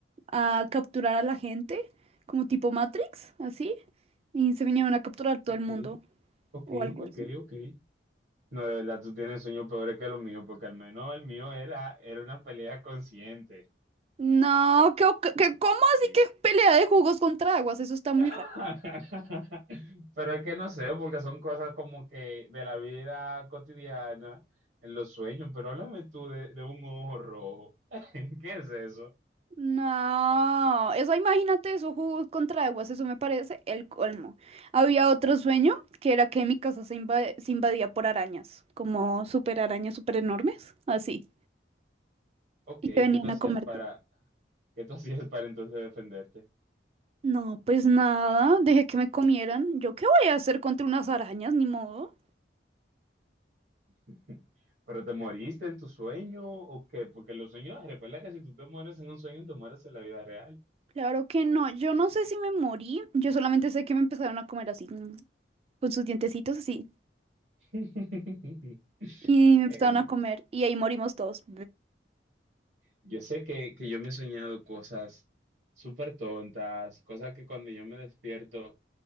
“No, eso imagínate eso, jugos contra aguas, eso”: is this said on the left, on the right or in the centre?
Right